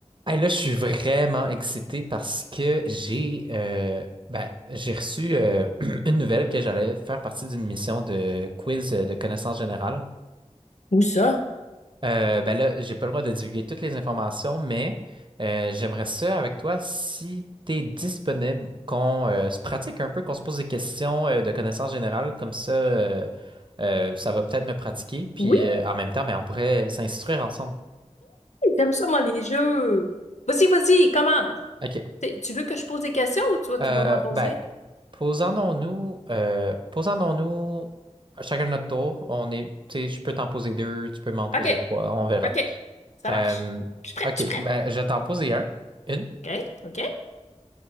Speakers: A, on the right; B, on the left.
A: Hey, là, je suis vraiment excité parce que j'ai euh, ben, j'ai reçu euh, <clears throat> une nouvelle que j'allais faire partie d'une mission de quiz euh, de connaissances générales.
B: Où ça?
A: Euh, ben là, j'ai pas le droit de divulguer toutes les informations, mais euh, j'aimerais ça avec toi si t'es disponible, qu'on euh, se pratique un peu, qu'on se pose des questions euh, de connaissances générales, comme ça, euh, euh, ça va peut-être me pratiquer, puis
B: Oui,
A: euh, en même temps, ben, on pourrait s'instruire ensemble.
B: j'aime ça, moi, les jeux. Vas-y, vas-y, commence.
A: Ok.
B: T'es- Tu veux que je pose des questions ou toi tu
A: Euh,
B: vas m'en poser?
A: ben, posons-nous, euh, posons-nous chacun notre tour. On est, tu sais, je peux t'en poser deux, tu peux m'en poser
B: OK,
A: trois, on verra.
B: OK, ça
A: Euh,
B: marche. Je suis prête,
A: OK,
B: je suis
A: ben, je vais t'en poser un, une.
B: prête. OK, OK.